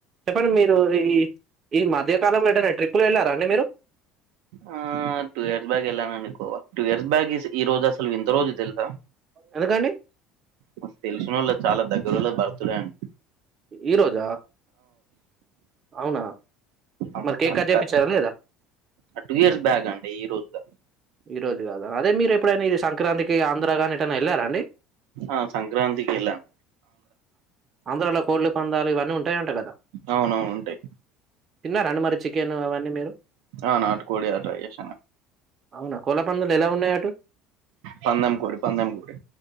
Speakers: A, on the right; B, on the right.
A: చెప్పండి మీరు ఈ ఈ మధ్యకాలంలో ఏటైనా ట్రిప్ ప్పులు వెళ్ళారా అండి మీరు
B: ఆ టూ ఇయర్స్ బ్యాక్ వెళ్ళానునుకో టూ ఇయర్స్ బ్యాక్ ఈ రోజు అసలు వింత రోజు తెలుసా
A: ఎందుకండి
B: మాకు తెలిసినోళ్లది చాలా దగ్ ఈ ఊర్లో భర్తుడే అండి
A: ఈ రోజా అవునా
B: ఆమ
A: మరి
B: మాకు
A: కేక్
B: అక్క
A: కట్ చేపిచ్చారా లేదా
B: టూ ఇయర్స్ బ్యాక్ అండి ఈ రోజు గాదు
A: ఈ రోజు గాదా అదే మీరు ఎప్పుడైనా ఇది సంక్రాంతికి ఆంధ్ర గాని ఎటైనా వెళ్ళారా అండి
B: ఆ సంక్రాంతికి ఎల్లాం
A: ఆంధ్రాలో కోళ్ళు పంద్యాలు ఇవన్నీ ఉంటాయంట కదా
B: అవునవును ఉంటాయి
A: తిన్నార అండి మరి చికెన్ అవన్నీ మీరు
B: ఆ నాటు కోడి అట్టా జేషినం
A: అవునా కోళ్ల పందాలు ఎలా ఉన్నాయి అటు
B: పందెం కోడి పందెం కోడి